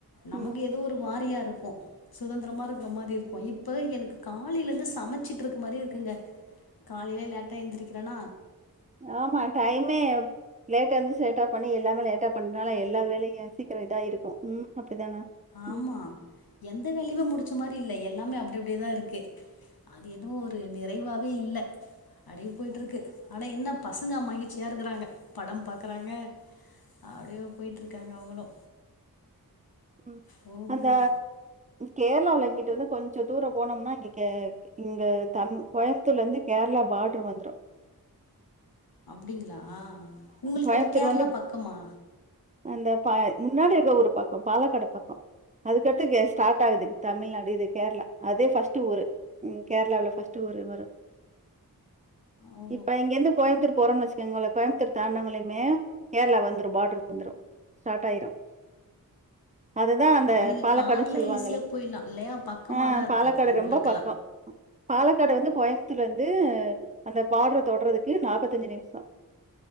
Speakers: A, on the left; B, on the right.
A: நமக்கு
B: ம்.
A: ஏதோ ஒரு வாரியார் கு சுதந்திரமா இருக்கிற மாதி இருக்கும் இப்ப எனக்கு காலைலருந்து சமைச்சுட் இருக்கற மாரியே இருக்குங்க காலையில லேட்டா எந்திருக்கிறேனா
B: ஆமா டைமே லேட்டா எந்திரிச்சி லேட்டா பண்ணி எல்லாமே லேட்டா பன்னால எல்லா வேலையு சீக்கிரோ இதா இருக்கு ம் அப்டிதானா?
A: ஆமா
B: ம்.
A: எந்த வேலையுமே முடிச்ச மாரி இல் ல எல்லாமே அப்டி அப்டியேதா இருக்கு அது என்னமோ ஒரு நிறைவாவே இல்ல அப்டியே போயிட்டு
B: ம்.
A: இருக்கு ஆனா என்ன பசங்க மகிழ்ச்சியா இருக்கிறாங்க படம் பாக்குறாங்க அப்டியே போயிட்ருக்காங்க அவங்களு
B: ம்
A: போகணுங்க
B: அந்த கேரளாவுல என்கிட்டு வந்து கொஞ்ச தூரோ போனோம்னா இங்க கே இந்த தம் கோயம்புத்தூர்லந்து கேரளா பாட்ரு வந்துரூ
A: அப்புடிங்களா உங்குளுக்கு
B: கோயம்புத்தூர்
A: அப்ப கேரளா
B: வந்து
A: பக்கமா
B: அந்த ப முன்னாடி இருக்க ஊரு பக்கம் பாலக்காடு பக்கோ அதுக்கடுத்து கே ஸ்டார்ட் ஆகுது தமிழ்நாடு இது கேரளா அதே ஃபர்ஸ்ட்டு ஊரு ம் கேரளாவுல ஃபர்ஸ்ட் ஊரு வரும்
A: ஓ
B: இப்ப இங்கேருந்து கோயம்புத்தூர் போறோம்னு வச்சுக்கோங்களே கோயம்புத்தூர் தாண்டவங்களுமே கேரளா வந்துரும் பாட்ருக்கு வந்துரும் ஸ்டார்ட் ஆயிரும் அதுதான் அந்த
A: அப்ப நீங்க
B: பாலக்காடுன்னு
A: கார்ல
B: சொல்லுவாங்கல்ல.
A: ஈஸியா போயில்லா இல்லையா பக்கமாதா
B: ஆ
A: இருக்கு
B: பாலக்காடு
A: அப்போ உங்குளுக்கல்லா
B: ரொம்ப பக்கம். பாலக்காடு வந்து கோயம்புத்தூர்லந்து அந்த பாட்ர தொட்றதுக்கு நாப்பத்தஞ்சு நிமிஷோ